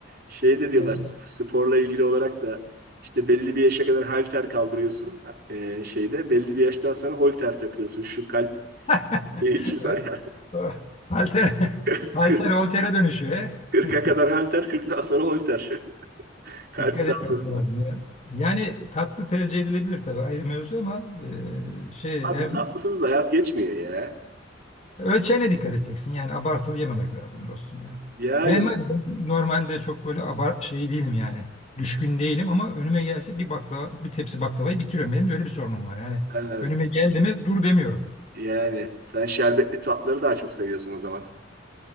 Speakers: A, on the right; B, on the left.
A: Şey de diyorlar
B: Yani
A: sp- sporla ilgili olarak da işte belli bir yaşa kadar halter kaldırıyorsun e, şeyde belli bir yaştan sonra holter takıyorsun. Şu kalp
B: <laughs>
A: e, şu
B: evet,
A: var ya
B: o halter,
A: <laughs>
B: <laughs> halter
A: 40,
B: holtere dönüşüyor. he.
A: 40'a
B: <laughs>
A: kadar halter 40'tan sonra holter. <laughs> Kalp
B: Dikkat
A: sağlığı.
B: etmek lazım ya. Yani tatlı tercih edilebilir tabii ayrı mevzu ama e, şey
A: Abi
B: hem
A: tatlısız da hayat geçmiyor ya.
B: Ölçeğine dikkat edeceksin. Yani abartılı yememek lazım dostum ya.
A: Yani
B: Ben var ya, ben normalde çok böyle abar şey değilim yani. Düşkün değilim ama önüme gelse bir baklava, bir tepsi baklavayı bitiriyorum. Benim de öyle bir sorunum var. Yani
A: e,
B: önüme geldi mi dur demiyorum.
A: yani sen şerbetli tatları daha çok seviyorsun o zaman.